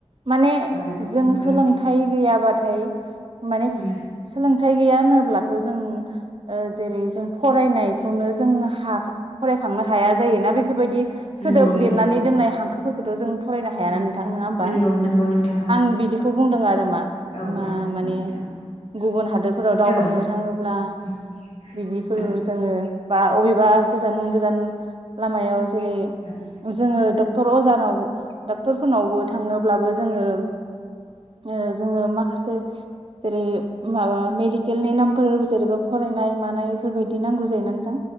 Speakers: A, on the right (about 55°); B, on the left (about 75°).
A: माने
B: औ
A: जों
B: नंगौ
A: सोलोंथाइ
B: नोंथां
A: गैयाबा थाइ माने
B: उम
A: सोलोंथाइ गैया होनोब्ला थ' जों ओ जेरै जों फरायनाय खौनो जों हा फरायखांनो हाया जायोना बेफोरबायदि सोदोब
B: नंगौ
A: लिरनानै
B: नंगौ
A: दोननाय हां फोरखौथ' जों फरायनो हायाना
B: औ
A: नोंथां नङा होमबा
B: नंगौ नंगौ नोंथां औ
A: आं बिदिखौ बुंदों आरो मा
B: औ
A: मा
B: औ नंगौ
A: माने
B: नोंथां
A: गुबुन हादोरफोराव दावबायहैनो
B: औ
A: थाङोब्ला
B: उम
A: बिदिफोर
B: औ
A: जोङो बा अबेबा गोजान गोजान लामायाव जेरै
B: ओं
A: जोङो द डक्टर अजानाव डाक्टरफोरनावबो थाङोब्लाबो जोङो ओ जोङो माखासे जेरै माबा मेडिकेलनि नामफोर जेरैबा फरायनाय मानाय बेफोरबायदि नांगौ जायोना नो